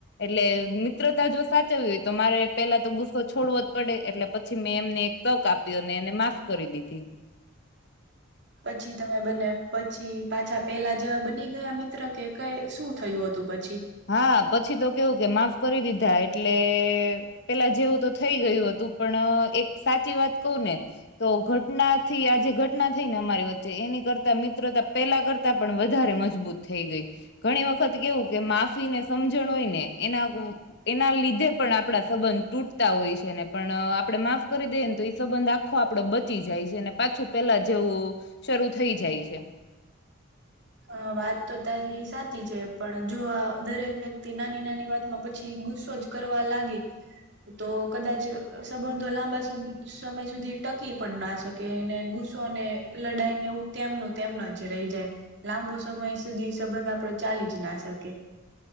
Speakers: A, on the left; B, on the right.
A: એટલે મિત્રતા જો સાચવવી હોય તો મારે પેલા તો ગુસ્સો છોડવો જ પડે એટલે પછી મેં એમને તક આપી અને એને માફ કરી દીધી
B: પછી તમે બંને પછી પાછા પેલા જેવા બની ગયા મિત્ર કે કઈ શું થયું હતું પછી
A: હા પછી તો કેવું કે માફ કરી દીધા એટલે પેલા જેવું તો થઈ ગયું હતું પણ એક સાચી વાત કહું ને તો ઘટના થી આજે ઘટના થઈ ને અમારી વચ્ચે એની કરતા મિત્રતા પેલા કરતા પણ વધારે મજબૂત થઈ ગઈ ઘણી વખત કેવું કે માફ ને સમજણ હોય ને એના એના લીધે પણ આપણા સંબંધ તૂટતા હોય છે ને પણ આપડે માફ કરી દઈએને તો એ સંબંધ આખો આપડે બચી જાય છે અને પાછું પેલા જેવું શરૂ થઈ જાય છે
B: અ વાત તો તારી સાચી છે પણ જો આ દરેક વ્યક્તિ નાની નાની વાતમાં પછી ગુસ્સો જ કરવા લાગે તો કદાચ સંબંધો લાંબા સ સમય સુધી ટકી પણ ના શકે કે એને ગુસ્સો ને લડાઈ ને એવું તેમનું તેમના જ રહી જાય લાંબો સમય સુધી સંબંધ આપડો ચાલી જ ના શકે